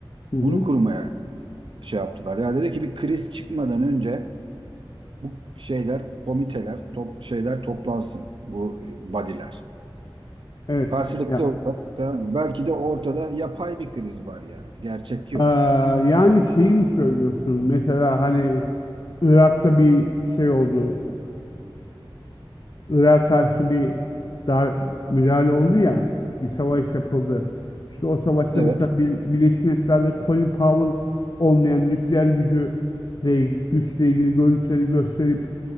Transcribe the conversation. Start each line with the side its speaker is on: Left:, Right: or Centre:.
Left: Hı hı,
Right: bunu kurmaya şey yaptılar. Ya dedi ki bir kriz çıkmadan önce bu şeyler, komiteler, top, şeyler toplansın bu e, body'ler.
Left: evet.
Right: Karşılıklı
Left: Ya,
Right: olarak tamam mı? Belki de ortada yapay bir kriz var yani. Gerçek yok.
Left: eee, yani şeyi mi söylüyorsun? Mesela hani Irak'ta bir şey oldu. Irak'a karşı bir dar müdahale oldu ya, bir savaş yapıldı. İşte o savaşta
Right: Evet.
Left: mesela Bir- Birleşmiş Milletler'de Colin Powell olmayan nükleer gücüyle güçle ilgili görüntüleri gösterip